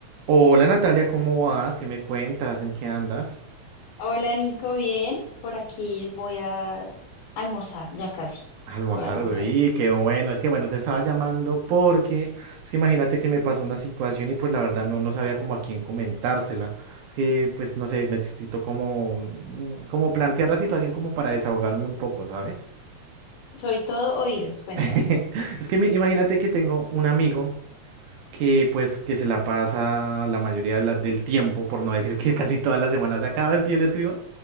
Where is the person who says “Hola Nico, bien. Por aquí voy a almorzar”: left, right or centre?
Left